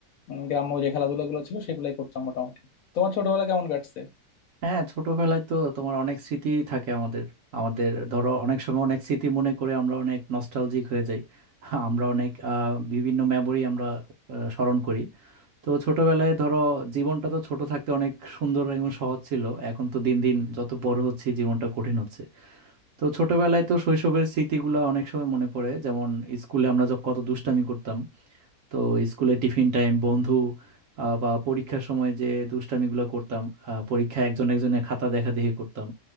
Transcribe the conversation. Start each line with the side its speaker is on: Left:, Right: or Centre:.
Left: উম, গ্রাম্য যে খেলাধুলা গুলো ছিল সেগুলাই করতাম মোটামুটি তোমার ছোটবেলা কেমন কাটছে
Right: হ্যাঁ ছোটবেলায় তো তোমার অনেক স্মৃতি থাকে আমাদের আমাদের ধরো অনেক সময় অনেক স্মৃতি মনে করে আমরা অনেক নস্টালজিক হয়ে যাই আমরা অনেক আহ, বিভিন্ন মেমোরি আমরা আহ, স্মরণ করি তো ছোটবেলায় ধরো জীবনটা তো ছোট থাকতে অনেক সুন্দর এবং সহজ ছিল এখন তো দিন দিন যত বড় হচ্ছে জীবনটা কঠিন হচ্ছে তো ছোটবেলায় তো শৈশবের স্মৃতিগুলো অনেক সময় মনে পড়ে যেমন স্কুলে আমরা যখন কত দুষ্টামি করতাম তো স্কুলে টিফিন টাইম বন্ধু আহ, বা পরীক্ষার সময় যে দুষ্টামিগুলো করতাম আহ, পরীক্ষায় একজন একজনের খাতা দেখাদেখি করতাম